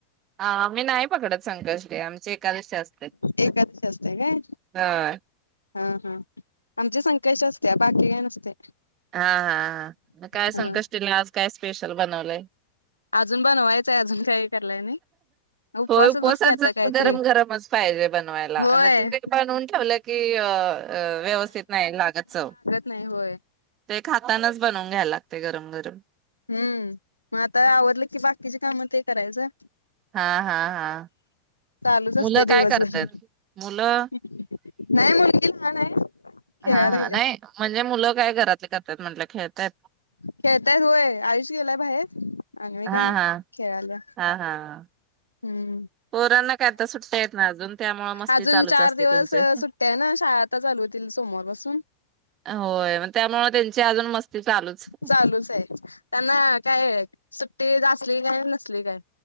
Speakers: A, on the right; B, on the left.
A: हा आम्ही नाही पकडत संकष्टी आमचे एकादशी असत्यात
B: एकादशी असते काय
A: हा.
B: हा हा. आमचे संकष्टी असतीया बाकी काही नसतय.
A: हा हा काय
B: ह
A: संकष्टी आज काय स्पेशल बनवलंय.
B: अजून बनवायचंय अजून काही करलाय नाही उपवासाचच
A: होय उपवासाच
B: की आता काहीतरी
A: गरम गरमच पाहिजे बनवायला
B: होय
A: आणि तिथे बनवून ठेवलं की अ व्यवस्थित नाही लागत चव.
B: नाही होय
A: ते खातनाच बनवून घ्यायला लागते गरम गरम.
B: हम्म मग आता आवडलं कि बाकीची कामं ते करायचं.
A: हा हा हा.
B: चालूच असते
A: मुलं
B: दिवसभर
A: काय करतात? मुलं
B: नाही मुलगी <unintelligible>
A: हा
B: खेळायला
A: हा
B: गेल्या
A: नाही म्हणजे मुलं काय घरातले करतात म्हटलं. खेतात.
B: खेळतायत होय आयुष्य गेलाय बाहेर. आणि मी
A: हा
B: काय
A: हा
B: खेळाल्या
A: हा हा.
B: हम्म
A: पोरांना काय आता सुट्या आहेत ना अजून. त्यामुळे मस्ती
B: अजून
A: चालूच
B: चार
A: असते
B: दिवस
A: त्यांचे
B: सुट्ट्या आहे ना शाळा आता चालू होतील सोमवार पासून
A: होय म त्यामुळे त्यांची अजून मस्ती चालूच
B: चालूच आहे त्यांना काय सुट्टी असली काय नी नसली काय.